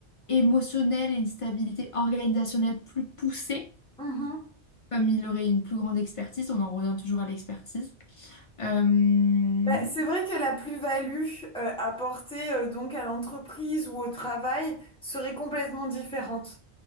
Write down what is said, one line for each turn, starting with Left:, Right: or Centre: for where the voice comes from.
Left: émotionnelle et une stabilité organisationnelle plus poussée,
Centre: Mhm.
Left: comme il aurait une plus grande expertise. On en revient toujours à l'expertise. Euh,
Centre: Bah, c'est vrai que la plus-value euh, apportée euh, donc à l'entreprise ou au travail serait complètement différente.